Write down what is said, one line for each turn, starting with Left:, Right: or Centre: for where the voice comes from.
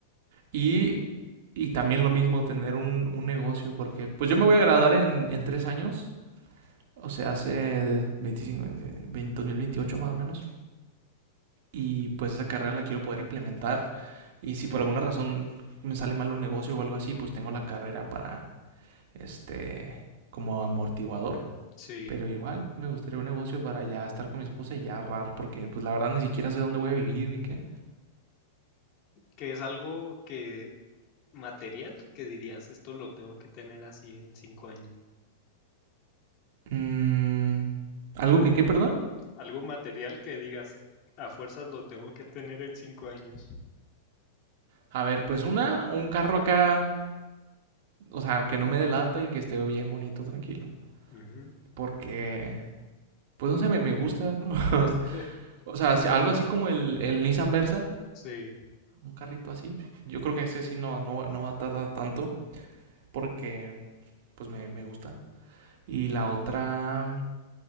Right: y, y también lo mismo, tener un, un negocio, porque pues yo me voy a graduar en, en tres años, o sea, hace 25, 20, 2028 más o menos. Y pues esa carrera la quiero poder implementar Y si por alguna razón me sale mal un negocio o algo así, pues tengo la carrera para, este, como amortiguador.
Left: Sí,
Right: Pero igual me gustaría un negocio para ya estar con mi esposa y ya ahorrar, porque pues la verdad ni siquiera sé dónde voy a vivir ni qué.
Left: que es algo que material que dirías, esto lo tengo que tener así en cinco años.
Right: Mm, ¿Algo que qué, perdón?
Left: Algo material que digas, a fuerzas lo tengo que tener en cinco años.
Right: A ver, pues una, un carro acá, o sea, que no me delata y que esté bien bonito, tranquilo.
Left: Ujú,
Right: Porque, pues no sé, me, me gusta, ¿no? <laughs>
Left: <laughs>
Right: o sea, si, algo así como el, el Nissan Versa,
Left: Sí.
Right: un carrito así. Yo creo que ese sí no, no, no va a tardar tanto. porque pues me, me gusta. Y la otra,